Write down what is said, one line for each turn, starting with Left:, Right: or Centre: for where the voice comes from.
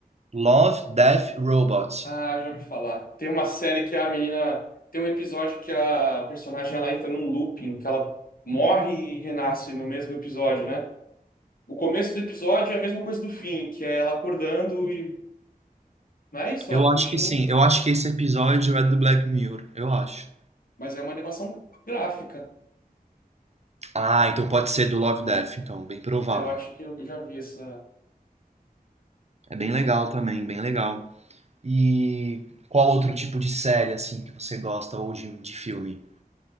Right: Love, Death, Robots.
Left: Ah, já ouvi falar. Tem uma série que a menina. Tem um episódio que a personagem ela entra num looping, que ela morre e renasce no mesmo episódio, né? O começo do episódio é a mesma coisa do fim, que é ela acordando e. Não é isso,
Right: Eu
Left: ela fugindo.
Right: acho que sim. Eu acho que esse episódio é do Black Mirror. Eu acho.
Left: Mas é uma animação gráfica.
Right: Ah, então pode ser do Love Death, então. Bem provável.
Left: Eu acho que eu já vi essa.
Right: É bem legal também, bem legal. E qual outro tipo de série, assim, que você gosta ou de, de filme?